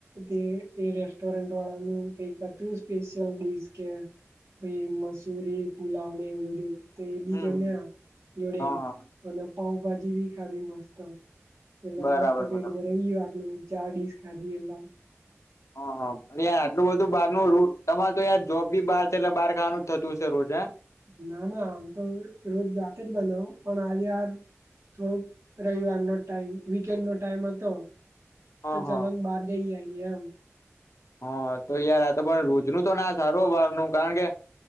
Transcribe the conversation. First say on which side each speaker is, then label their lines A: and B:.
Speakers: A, on the right (about 80°); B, on the left (about 75°).
A: તે એ રેસ્ટોરન્ન્ટ વાળાનું કઈ હતું સ્પેશિયલ ડિશ કે એ મસૂરી પુલાવ ને એવું બધું તો એ બી
B: હમ
A: જમ્યા જોડે
B: હ હ
A: અને પાઉભા જી બી ખાધી મસ્ત પેલા
B: બરાબર
A: મસ્ત પેટ
B: બરાબર
A: ભરાઈ ગયુ આટલે હું ચારડીઝ ખાધી એલા.
B: હ હ આટલું બધું બારનું ર તમારે તો જોબ બી બહાર છે એટલે બહાર ખાવાનું જ થતું છે રોજ હે.
A: ના ના આમ તો રોજ જાતે જ બનાઉ પણ આજે યાર થોડુંક રવિવારનો ટાઈમ વીકેન્ડ નો ટાઈમ હતો
B: હ
A: તો ચલોન
B: હ
A: બહાર જઈ આઈ એ એમ.
B: હા તો યાર આ તો પણ રોજનું તો ના સારું બારનું કારણ કે